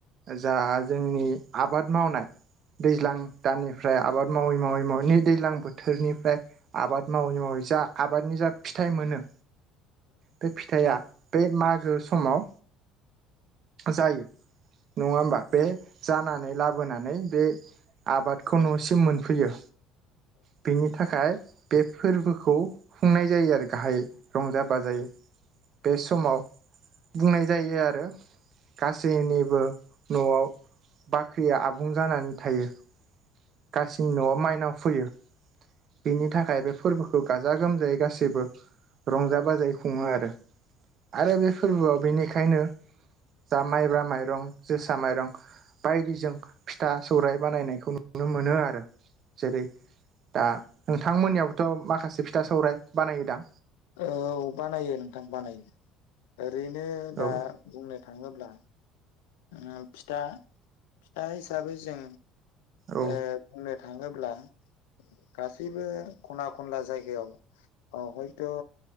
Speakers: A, on the right; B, on the left.
A: जा जोंनि आबाद मावनाय दैज्लां दाननिफ्राय आबाद मावै मावै मावै नै दैलां बोथोरनिफ्राय आबाद मावै मावै जा आबादनि जा फिथाइ मोनो बे फिथाइआ बे मागो समाव जायो। नङा होमबा बे जानानै लाबोनानै बे आबादखौ न'सिम मोनफैयो बेनि थाखाय बे फोरबोखौ खुंनाय जायो आरो गाहायै रंजा बाजायै। बे समाव बुंनाय जायो आरो गासैनिबो न'आव बाख्रिया आबुं जानानै थायो। गासिनि न'आव माइनाव फैयो। बिनि थाखाय बे फोरबोखौ गाजा गोमजायै गासैबो रंजा बाजायै खुंङो आरो। आरो बे फोरबोआव बेनिखायनो दा माइब्रा माइरं जोसा माइरं बायदिजों फिथा सौराय बानायनायखौ नुनो मोनो आरो जेरै दा नोंथांमोननियाव थ' माखासे फिथा सौरायाइ बानायोदां
B: औ बानायो नोंथां बानायो ओ ओरैनो
A: औ
B: दा बुंनो थाङोब्ला ओ फिथा फिथा हिसाबै जों
A: औ
B: ओ बुंनो थांङोब्ला गासैबो खना खनला जायगायाव अ हयथ' ओ